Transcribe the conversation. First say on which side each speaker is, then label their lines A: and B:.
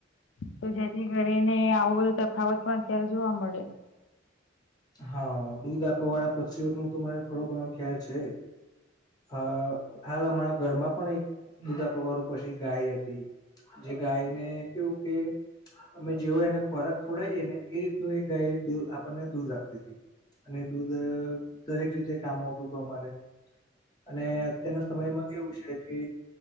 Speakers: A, on the left (about 75°); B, on the left (about 20°).
A: તો જેથી કરીને આવો બધો તફાવત પણ અત્યારે જોવા મળે.
B: હા દૂધ આપવા વાળા પછી ન તો મને થોડો ઘણો ખ્યાલ છે. અ હાલ અમારા ઘરમાં પણ એક દુદા પવારું પછી ગાય હતી. જે ગાયને કેવું કે અમે જેવો એને ખોરાક ખવડીએ ને એ રીતનું એ ગાય આપણને દૂધ આપે. અને દૂધ દરેક રીતે કામ આવતું હત અમારે. અને અત્યારના સમયમાં એવું છે કે